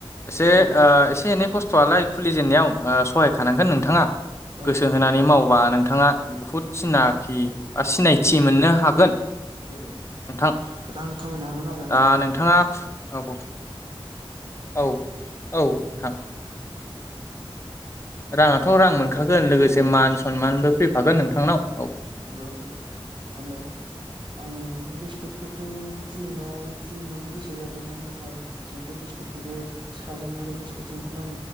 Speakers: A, on the left (about 30°); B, on the right (about 50°).
A: एसे
B: औ
A: ओ एसे एनै खस्थ'आलाय खुलि जेननायाव सहायखानांगोन नोंथाङा
B: औ
A: गोसो होनानै मावबा नों नोंथाङा बुहुत सिनाखि बा सिनायथि मोननो हागोन
B: औ माने
A: नोंथां
B: रां खामायनो हागोन आरो आङो
A: दा नोंथाङा खु- औ औ औ थां राङाथ' रां मोनखागोन
B: आरो
A: लोगोसे
B: बे
A: मान सनमानबो
B: उम
A: फैफागोन नोंथांनाव औ
B: औ माने आङो बिस्कुट फेक्टरि खुलिनायाव खुलिनायनि गोसो जादों मानो होनबा जोंथ' बिस्कुटखौबो साहाजोंनो आरो बिस्कुटजों नां